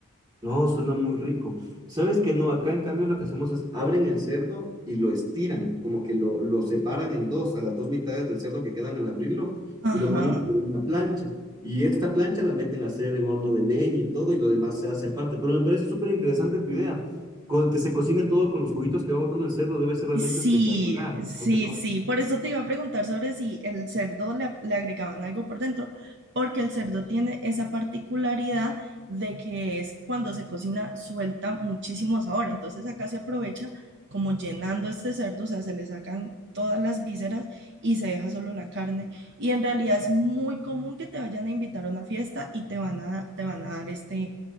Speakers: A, on the right; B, on the right.
A: No, suena muy rico. ¿Sabes que no? Acá en cambio lo que hacemos es abren el cerdo y lo estiran, como que lo, lo separan en dos, a las dos mitades del cerdo que quedan al abrirlo y
B: Ajá.
A: lo ponen sobre una plancha. Y esta plancha la meten a hacer en horno de leña y todo y lo demás se hace aparte. Pero me parece súper interesante tu idea. Co- que se cocine todo con los juguitos que va botando el cerdo debe ser realmente
B: Sí,
A: espectacular.
B: sí,
A: Hay que probar.
B: sí. Por eso te iba a preguntar sobre si el cerdo le, a- le agregaban algo por dentro, porque el cerdo tiene esa particularidad de que es cuando se cocina suelta muchísimo sabor. Entonces acá se aprovecha como llenando este cerdo, o sea, se le sacan todas las vísceras y se deja solo la carne. Y en realidad es muy común que te vayan a invitar a una fiesta y te van a, te van a dar este,